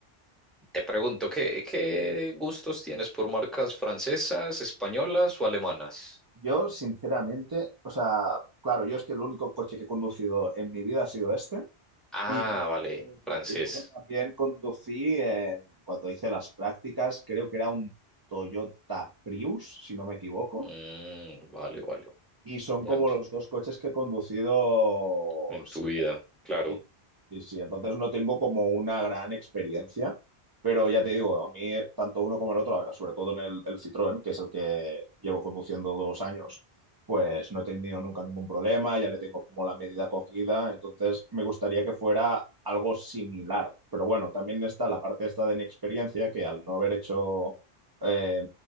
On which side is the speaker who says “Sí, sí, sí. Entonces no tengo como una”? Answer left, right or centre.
Right